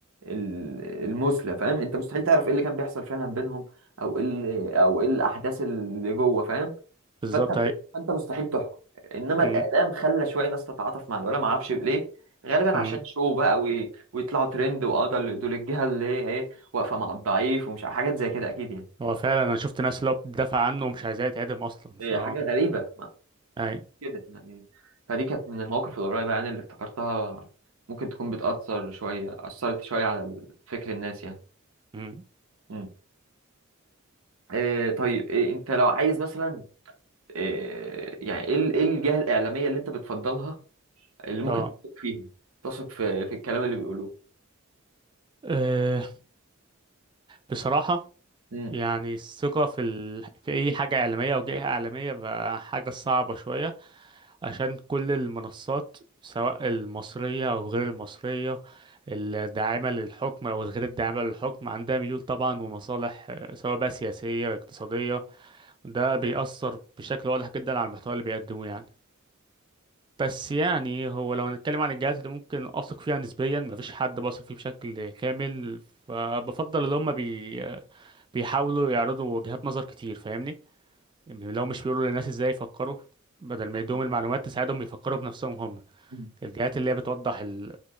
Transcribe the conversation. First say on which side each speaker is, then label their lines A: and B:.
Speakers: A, on the right (about 80°); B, on the right (about 20°).
A: ال- المثلى فاهم انت مستحيل تعرف ايه اللي كان بيحصل فعلا بينهم او ايه اللي او ايه الاحداث اللي جوه فاهم
B: بالظبط
A: فانت
B: ايوه
A: فانت مستحيل تحكم انما
B: امم
A: الاعلام خلى شويه ناس تتعاطف مع الولا ما اعرفش ليه غالبا
B: امم
A: عشان شو بقى وي... ويطلعوا ترند واه ده اللي- دول الجهه اللي هي ايه واقفه مع الضعيف ومش ع- حاجات زي كده اكيد يعني
B: هو فعلا انا شفت ناس اللي هو بتدافع عنه ومش عايزاه يتعدم اصلا
A: إيه،
B: فاه
A: حاجه غريبه
B: ايوه
A: كده يعني فدي كانت من المواقف القريبة يعني اللي افتكرتها ممكن تكون بتأثر شوية أثرت شوية على فكر الناس يعني
B: امم
A: مم. إيه طيب إيه أنت لو عايز مثلا إيه يعني إيه ال- إيه الجهة الإعلامية اللي أنت بتفضلها اللي ممكن
B: اه
A: تثق فيها تثق في في الكلام اللي بيقولوه
B: آه، بصراحة
A: مم.
B: يعني الثقة في ال... في أي حاجة إعلامية أو جهة إعلامية بقى حاجة صعبة شوية عشان كل المنصات سواء المصرية أو غير المصرية الداعمة للحكم أو الغير الداعمة للحكم عندها ميول طبعا ومصالح آه، سواء بقى سياسية اقتصادية ده بيأثر بشكل واضح جدا على المحتوى اللي بيقدموه يعني بس يعني هو لو هنتكلم عن الجهات اللي ممكن أثق فيها نسبيا مفيش حد بثق فيه بشكل كامل فبفضل اللي هم بي بيحاولوا يعرضوا وجهات نظر كتير فاهمني لو مش بيقولوا للناس ازاي يفكروا بدل ما يدوهم
A: مم.
B: المعلومات تساعدهم يفكروا بنفسهم هم
A: مم.
B: الجهات اللي هي بتوضح ال...